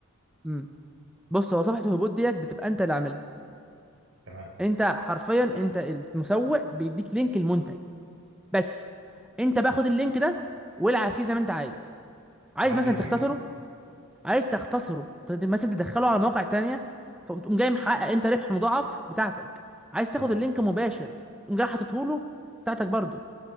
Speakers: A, in the centre; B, on the right.
A: امم بص هو صفحه الهبوط ديت بتبقى انت اللي عاملها
B: تمام
A: انت حرفيا انت المسوق بيديك لينك المنتج بس انت بقى خد اللينك ده والعب فيه زي ما انت عايز عايز
B: عدل
A: مثلا تختصره
B: فيه
A: عايز تختصره تد- مثلا تدخله على مواقع تانية فتقوم جاي محقق انت ربح مضاعف بتاعتك عايز تاخد
B: حلو
A: اللينك مباشر تقوم جاي حاططه له بتاعتك برضه